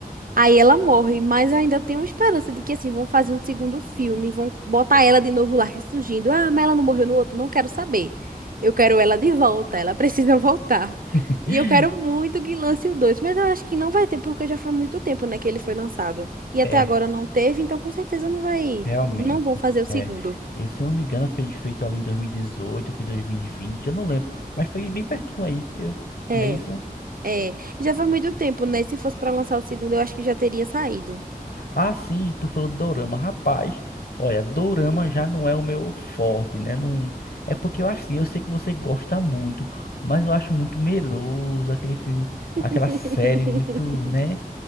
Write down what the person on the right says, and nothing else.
Aí ela morre, mas eu ainda tenho esperança de que, assim, vão fazer um segundo filme, vão botar ela de novo lá ressurgindo. Ah, mas ela não morreu no outro? Não quero saber. Eu quero ela de volta, ela <laughs> precisa voltar.
E eu quero muito que lance o 2, mas eu acho que não vai ter, porque já faz muito tempo, né, que ele foi lançado. E até
agora não teve, então com certeza não vai.
Não vão fazer o segundo.
É,
é. Já faz muito tempo, né? Se fosse pra lançar o segundo, eu acho que já teria saído.
<laughs>